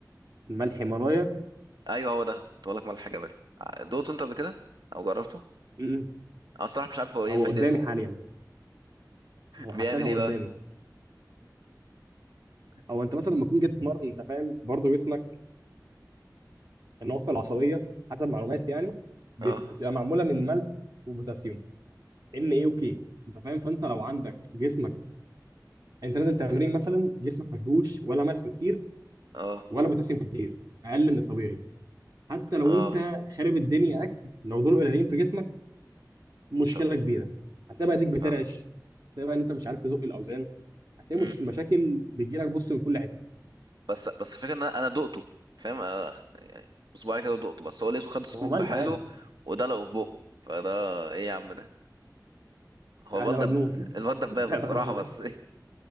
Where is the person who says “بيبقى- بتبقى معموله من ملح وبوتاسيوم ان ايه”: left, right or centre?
Right